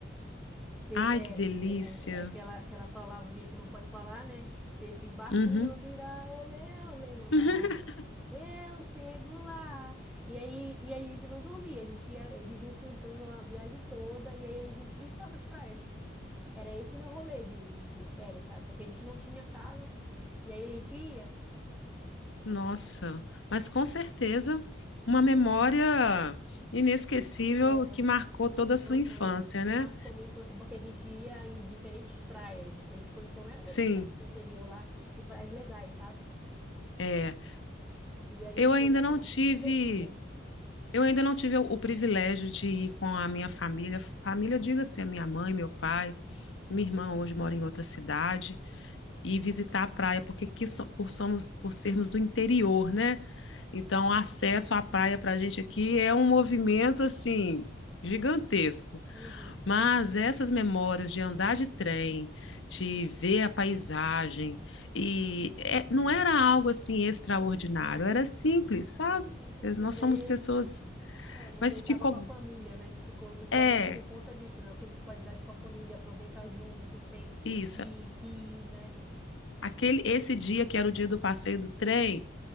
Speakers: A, in the centre; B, on the left.
A: ser,
B: Ai,
A: é,
B: que delícia.
A: é, é aquela, aquela palavrinha que não pode falar, né? Se esse barco
B: Uhum.
A: não virar, olê, olê, olá,
B: <laughs>
A: eu chego lá. E aí, e aí a gente não dormia, a gente ia, eles iam cantando a viagem toda, e aí a gente visitava as praias. Era esse meu rolê de, de férias, sabe? Porque a gente não tinha casa, e aí a gente ia.
B: Nossa, mas com certeza uma memória inesquecível
A: É,
B: que marcou toda a sua
A: aham,
B: infância,
A: que
B: né?
A: marcou minha infância, porque a gente ia em diferentes praias, que a gente conheceu a maioria
B: Sim,
A: das praias do interior lá, e praias legais, sabe?
B: é.
A: E aí
B: Eu
A: foi
B: ainda não
A: bastante
B: tive,
A: divertido.
B: eu ainda não tive o, o privilégio de ir com a minha família. Família, diga-se, a minha mãe, meu pai, minha irmã hoje mora em outra cidade. e visitar a praia, porque aqui so- por, somos, por sermos do interior, né? Então, acesso à praia para a gente aqui é um movimento assim gigantesco.
A: Uhum,
B: Mas essas memórias de andar de trem, de ver a paisagem, e é- não era algo assim extraordinário, era simples, sabe?
A: uhum.
B: Nós
A: Mas
B: somos
A: aí,
B: pessoas,
A: é, mas
B: mas
A: aí
B: ficou,
A: tava com a família, né? Ficou guardado
B: é,
A: por conta disso, né? O tempo de qualidade com a família, aproveitar junto o tempo, curtir,
B: isso.
A: rir, né?
B: Aquele, esse dia que era o dia do passeio do trem,